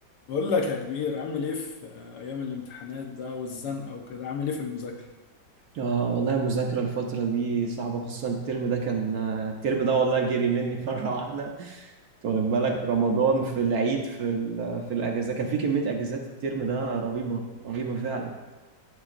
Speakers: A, on the left (about 70°); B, on the right (about 60°).
A: بقول لك يا كبير عامل ايه في ايام الامتحانات بقى والزنقه وكده عامل ايه في المذاكره
B: اه والله المذاكرة الفترة دي صعبة خصوصا الترم ده كان الترم ده والله جري مني <laughs> مرة واحدة انت واخد بالك رمضان في العيد في ال... في الأجازة كان في كمية أجازات الترم ده رهيبة رهيبة فعلا